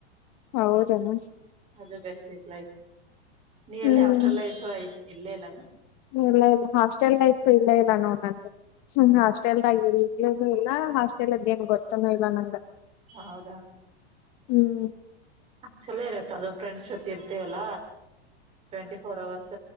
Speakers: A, on the left (about 35°); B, on the right (about 20°).
A: ಹೌದನ
B: ಅದೇ ಬೆಸ್ಟ್ <unintelligible> ನೀ
A: ಹ್ಮ್
B: ಎಲ್ಲಿ ಹಾಸ್ಟೆಲ್ ಲೈಫ್ ಇಲ್ಲೇ ಇಲ್ಲಾನ.
A: ಇಲ್ಲ ಇಲ್ಲ ಹಾಸ್ಟೆಲ್ ಲೈಫ್ ಇಲ್ಲ ಇಲ್ಲ ನೋಡ ನಂದು ಹ್ಮ್ ಹಾಸ್ಟೆಲ್ದಾಗ ಇನು ಎಲ್ಲಾ. ಹಾಸ್ಟೆಲ್ದ ಏನ್ ಗೊತ್ತನ ಇಲ್ಲ ನಂಗ <inaudible>
B: ಹೌದಾ
A: ಹ್ಮ್.
B: ಚಲೋ ಇರತ್ತ ಅದು ಫ್ರೆಂಡ್ಸ್ ಜೊತೆ ಇರ್ತೇವಲ್ಲ. ಟ್ವೆಂಟಿ ಫೋರ್ ಅವರ್ಸ್